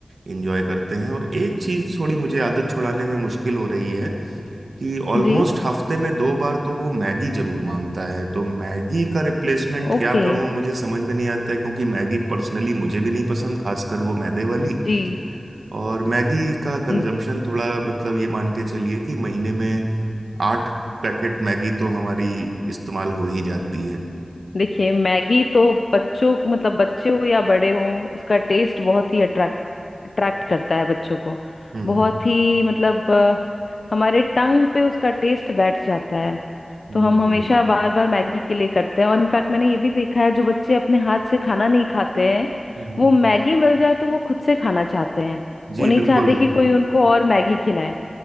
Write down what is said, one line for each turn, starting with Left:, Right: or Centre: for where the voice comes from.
Right: इंजॉय करते हैं और एक चीज़ थोड़ी मुझे आदत छुड़ाने में मुश्किल हो रही है कि ऑलमोस्ट
Left: जी
Right: हफ्ते में दो बार तो वो मैगी जरूर मांगता है तो मैगी का रिप्लेसमेंट क्या
Left: ओके
Right: करूं मुझे समझ में नहीं आता है क्योंकि मैगी पर्सनली मुझे भी नहीं पसंद खासकर वो मैदे वाली
Left: जी
Right: और मैगी का कंजम्पशन
Left: न-
Right: थोड़ा मतलब ये मान के चलिए कि महीने में आठ पैकेट मैगी तो हमारी इस्तेमाल हो ही जाती है
Left: देखिए मैगी तो बच्चों मतलब बच्चे हो या बड़े हो उसका टेस्ट बहुत ही अट्रैक्ट अट्रैक्ट करता है बच्चों को
Right: हम्म
Left: बहुत ही मतलब अ, हमारे टंग पे उसका टेस्ट बैठ जाता है
Right: हम्म
Left: तो हम हमेशा बार बार मैगी के लिए करते हैं और इनफैक्ट मैंने ये भी देखा है जो बच्चे अपने हाथ से खाना नहीं खाते हैं
Right: हम्म,
Left: वो मैगी मिल जाए तो वो खुद से खाना चाहते हैं
Right: जी
Left: वो नहीं
Right: बिल्कुल
Left: चाहते कि कोई उनको और मैगी खिलाए